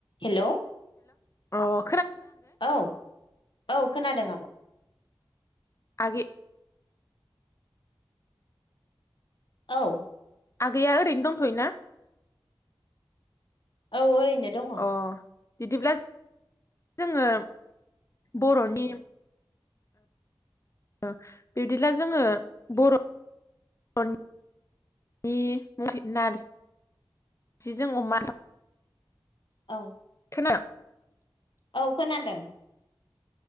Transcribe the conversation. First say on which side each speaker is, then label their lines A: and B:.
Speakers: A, on the left; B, on the left.
A: <inaudible> Hello
B: औ
A: औ औ खोनादों आब'
B: आगि
A: औ
B: आगैया ओरैनो दंथ'योना?
A: औ ओरैनो दङ
B: अ बिदिब्ला जोङो बर'नि ओ बिबदिब्ला जोङो बर'नि नारजि नारजिजों अमा
A: औ
B: <unintelligible>
A: खोनादों